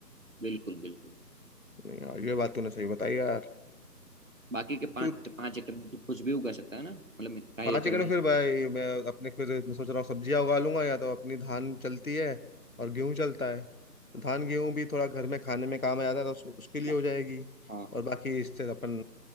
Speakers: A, on the right (about 50°); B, on the left (about 55°).
A: बिल्कुल बिल्कुल
B: नहीं यार ये बात तूने सही बताई यार
A: बाकी के पाँच
B: तू
A: पाँच एकड़ में तो कुछ भी उगा सकता है ना मतलब मैं ढाई
B: पाँच
A: एकड़
B: एकड़
A: में
B: में फिर भाई मैं अपने फिर मैं सोच रहा हूँ सब्जियां उगा लूंगा या तो अपनी धान चलती है और गेहूं चलता है धान गेहूं भी थोड़ा घर में खाने में काम आ जाता है तो उस, उसके लिए
A: ना?
B: हो जाएगी
A: हाँ
B: और बाकी इससे अपन